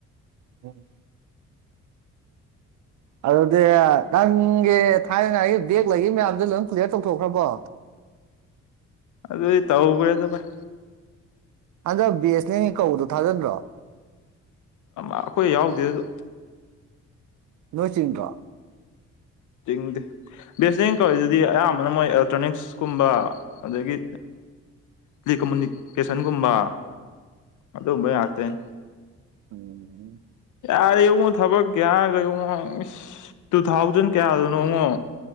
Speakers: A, on the right; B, on the left.
A: ꯎꯝ ꯑꯗꯨꯗꯤ ꯅꯪꯒꯤ ꯊꯥꯏꯅꯉꯥꯏꯒꯤ ꯑꯩ ꯕꯦꯛ ꯂꯩꯈꯤ ꯃꯌꯥꯝꯗꯨ ꯂꯣꯏ ꯀꯂꯤꯌꯥꯔ ꯇꯧꯊꯣꯛꯈ꯭ꯔꯕꯣ
B: ꯑꯗꯨꯗꯤ ꯇꯧꯈꯔ‌ꯦꯗ‌ ꯚꯥꯏ
A: ꯍꯟꯗꯛ ꯕꯤ ꯑꯦꯁ ꯅꯦꯟꯒꯤ ꯀꯧꯕꯗꯣ ꯊꯥꯖꯟꯗ꯭ꯔꯣ
B: ꯑꯩꯈꯣꯏ ꯌꯥꯎꯗꯦꯗ
A: ꯅꯣꯏ ꯆꯤꯡꯗ꯭ꯔꯣ
B: ꯆꯤꯡꯗ‌ꯦ ꯕꯤ ꯑꯦꯁ ꯅꯦꯟꯒꯤ ꯀꯧꯏꯔꯤꯗꯨꯗꯤ ꯑꯌꯥꯝꯕꯅ ꯃꯣꯏ ꯑꯦꯂꯦꯛꯇ꯭ꯔꯣꯅꯤꯛꯁꯀꯨꯝꯕ ꯑꯗꯒꯤ ꯇꯦꯂꯤꯀꯃꯨꯅꯤꯀꯦꯁꯟꯒꯨꯝꯕ ꯑꯗꯨꯒꯨꯝꯕꯩ ꯉꯥꯛꯇꯅꯤ
A: ꯎꯝ <unintelligible>
B: ꯌꯥꯔꯦ ꯏꯕꯨꯉꯣ ꯊꯕꯛ ꯍꯥꯏꯔꯒ ꯌꯦꯡꯉꯣ ꯏꯁ ꯇꯨ ꯊꯥꯎꯖꯟ ꯀꯌꯥꯗꯅꯣ ꯌꯦꯡꯉꯣ